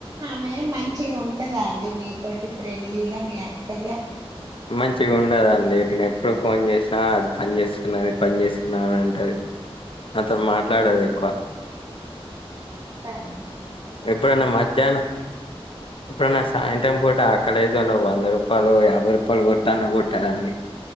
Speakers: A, on the right; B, on the left.
A: మె మంచిగా ఉంటందా అండి మీతోటి ఫ్రెండ్లీగా మీ అక్కయ్య
B: మంచిగా ఉండదండి నేను ఎప్పుడు ఫోన్ చేసినా అది పని చేసుకున్నది పని చేసుకున్నా అని అంటది నాతోను మాట్లాడదు ఎక్కువ
A: తెగదా
B: ఎప్పుడన్న మధ్యాహ్న
A: ఆ
B: ఎప్పుడన్న సాయంత్రం పో కాలేజలో వంద రూపాయలు యాభై రూపాయలు కొట్టన్న కుట్టేదాన్ని